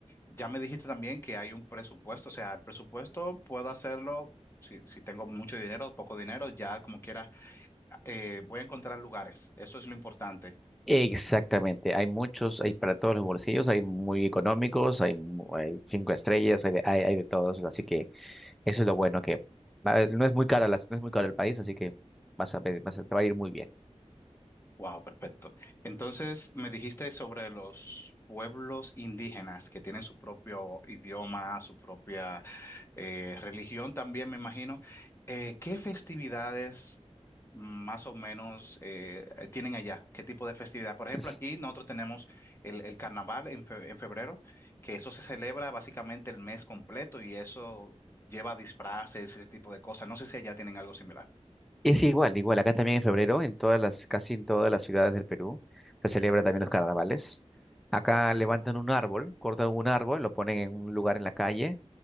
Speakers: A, on the left; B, in the centre.
A: Ya me dijiste también que hay un presupuesto, o sea, el presupuesto puedo hacerlo si, si tengo mucho dinero o poco dinero, ya como quiera, eh, voy a encontrar lugares. Eso es lo importante.
B: Exactamente, hay muchos, hay para todos los bolsillos, hay muy económicos, hay, mu- hay cinco estrellas, hay de, hay, hay de todos, así que eso es lo bueno que va- eh, no es muy cara las- no es muy caro el país, así que vas a ver, vas a, te va a ir muy bien.
A: wow, perfecto. Entonces, me dijiste sobre los pueblos indígenas que tienen su propio idioma, su propia eh, religión también, me imagino. Eh, ¿qué festividades más o menos eh, tienen allá? ¿Qué tipo de festividad? Por ejemplo,
B: S-
A: aquí nosotros tenemos el, el carnaval en, fe- en febrero, que eso se celebra básicamente el mes completo y eso lleva disfraces, ese tipo de cosas. No sé si allá tienen algo similar.
B: Es igual, igual, acá también en febrero, en todas las, casi en todas las ciudades del Perú, se celebra también los carnavales. Acá levantan un árbol, cortan un árbol, lo ponen en un lugar en la calle